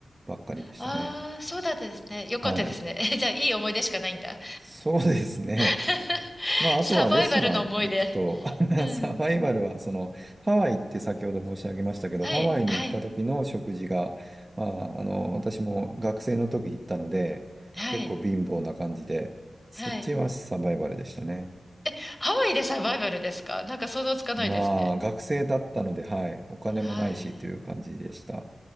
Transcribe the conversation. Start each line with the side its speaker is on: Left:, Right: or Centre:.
Right: ばっかりでしたね。
Left: ああ、そうだったですね。よかったですね。
Right: はい。
Left: <laughs> えじゃあ、いい思い出しかないんだ。
Right: そうですね。
Left: <laughs>
Right: <laughs> まあ、あとはレストラン行くと、
Left: サバイバルの思い出。
Right: <laughs>
Left: うん。
Right: サバイバルは、その、ハワイって先ほど申し上げましたけど、
Left: はい、
Right: ハワイに行った時の食事が、
Left: はい、
Right: まあ、あの、私も学生の時行ったので、
Left: はい、
Right: 結構貧乏な感じで、そっちはサバイバルでしたね。
Left: はい。え、ハワイでサバイバルですかなんか想像つかないですね。
Right: まあ、学生だったので、はい、お金もないしという感じでした。
Left: はい。